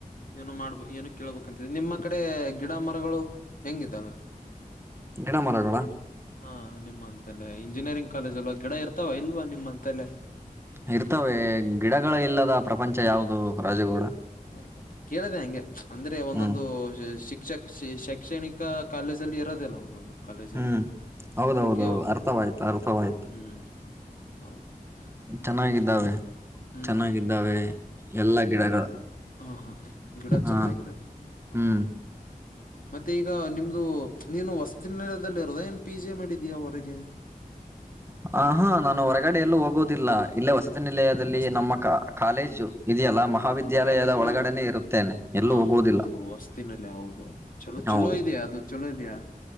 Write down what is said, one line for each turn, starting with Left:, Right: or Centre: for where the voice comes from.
Left: ಏನೋ ಮಾಡ್ಬೋ ಏನೋ ಕೇಳ್ಬೇಕಂತಿದೆ ನಿಮ್ಮ ಕಡೆ ಗಿಡ ಮರಗಳು ಹೆಂಗಿದ್ದಾವೆ
Right: ಗಿಡ ಮರಗಳ
Left: ಹಾ ನಿಮ್ಮಂತಲೆೇ ಇಂಜಿನಿಯರಿಂಗ್ ಕಾಲೇಜ್ ಅಲ್ವಾ ಗಿಡ ಇರ್ತಾವ ಇಲ್ವಾ ನಿಮ್ಮ ಅಂತೆಲ್ಲೇ
Right: ಇರ್ತವೆ ಗಿಡಗಳ ಇಲ್ಲದ ಪ್ರಪಂಚ ಯಾವವುದು ರಾಜಗೌಡ
Left: ಎ ಕೇಳದೆ ಹಂಗೆ ಅಂದ್ರೆ ಒಂದೊಂದು
Right: ಹ್ಮ್
Left: ಶ ಶೈಕ್ಷಣಿಕ ಕಾಲೇಜಲ್ಲಿ ಇರೋದಿಲ್ಲ ಒಂದೊಂದು ಕಾಲೇಜ
Right: ಹ್ಮ್
Left: ಅಲ್ಲಿ
Right: ಹೌದೌದುೌದು
Left: ಅದಕ್ಕೆ
Right: ಅರ್ಥವಾಯ್ತು ಅರ್ಥವಾಯ್ತು
Left: ಹ್ಮ್ ಹೌದು
Right: ಚೆನ್ನಾಗಿದ್ದಾವೆ
Left: ಮತ್ತೆ ಹ್ಮ್
Right: ಚೆನ್ನಾಗಿದ್ದಾವೆ
Left: ಹ್ಮ್
Right: ಎಲ್ಲಾ ಗಿಡಗಳು
Left: ಹಾ ಹಾ ಹ ಗಿಡ ಚಂದಾಗಿದೆ
Right: ಹಾ
Left: ಹ
Right: ಹ್ಮ್
Left: ಮತ್ತೆ ಈಗ ನಿಮ್ದು ನೀನು ವಸತಿದಲ್ಲಿ ಹೃದಯ ಏನ್ ಪಿ ಜೆ ಮಾಡಿದೀಯಾ ಅವಗೆ ಹ್ಮ್ <inaudible>
Right: ಹ ಹಾ ನಾನು ಹೊರಗಡೆ ಎಲ್ಲೂ ಹೋಗುದಿಲ್ಲ ಇಲ್ಲೇ ವಸ ನಿಲಯದಲ್ಲಿ
Left: ವಸತಿ
Right: ನಮ್ಮ
Left: ನಿಲಯ
Right: ಕ ಕಾಲೇಜು ಇದೆಯಲ್ಲ ಮಹಾವಿದ್ಯಾಲಯದ
Left: ಕಾಲೇಜ್ ಕಾಲೇಜನ
Right: ಒಳಗಡೆನೆ ಇರುತ್ತೇನೆ ಎಲ್ಲೂ
Left: ಹ
Right: ಹೋಗುವುದಿಲ್ಲ
Left: ಹೌದು ವಸ್ತಿನಲ್ಲಿ ಹೌದು ಚಲೋ
Right: ಹೌದು
Left: ಚಲೋ ಇದೆಯಾ ಅದು ಚಲೋ ಇದೆಯಾ